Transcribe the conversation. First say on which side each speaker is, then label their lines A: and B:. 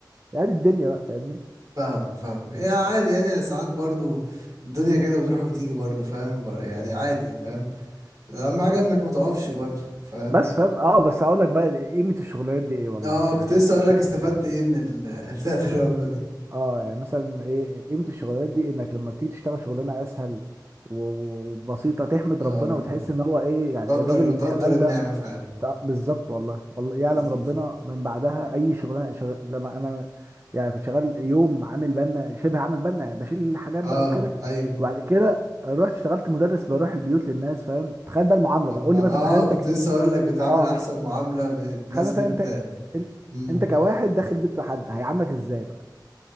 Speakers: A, on the right; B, on the right.
A: يعني دي الدنيا بقى فاهمني
B: فاهمك فاهمك هي عادي يعني ساعات برضو الدنيا كده بتروح وتيجي برضو فاهم بر- يعني عادي فاهم اهم حاجة انك متقفش برضو فاهم
A: بس فاهم اه بس اقول لك بقى قيمه الشغلانات دي ايه والله
B: اه
A: يعني
B: كنت
A: شوف
B: لسه اقول
A: شوف-
B: لك استفدت ايه من ال... <laughs> بتاعت الرملة دي
A: اه يعني مثلا ايه قيمه الشغلانات دي انك لما بتيجي تشتغل شغلانه اسهل و- وبسيطه تحمد
B: اه
A: ربنا وتحس ان هو ايه يعني
B: تقدر
A: الراجل اللي
B: تقدر
A: شغال
B: النعمة
A: ده
B: فعلا
A: تع- بالظبط والله والله يعلم
B: بالظبط
A: ربنا من بعدها اي شغلانه شغل لما انا يعني كنت شغال يوم عامل بنا شبه عامل بنا يعني بشيل الحاجات
B: اه
A: بقى وكده
B: ايوه
A: وبعد كده رحت اشتغلت مدرس بروح البيوت للناس فاهم تخيل بقى المعامله
B: طبعا
A: بقى قول لي مثلا
B: اه
A: تخيل انت
B: كنت
A: ك-
B: لسه اقول لك بتعامل
A: اه
B: احسن معامله في ناس
A: تخيل مثلا
B: بت
A: انت ان-
B: مم.
A: انت كواحد داخل بيت حد هيعاملك ازاي بقى